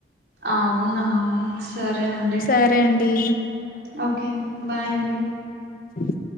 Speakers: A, on the right; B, on the left.
A: అవునా సరే అండి
B: సరే అండి
A: ఓకే అండి బాయ్ అండి
B: ఆ